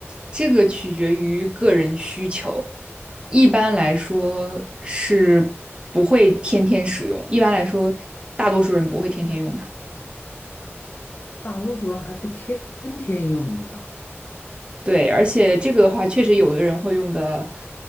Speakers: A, on the right; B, on the left.
A: 这个取决于个人需求，一般来说是不会天天使用，一般来说大多数人不会天天用的。
B: 大多数人还不天天用它。
A: 对，而且这个的话，确实有的人会用的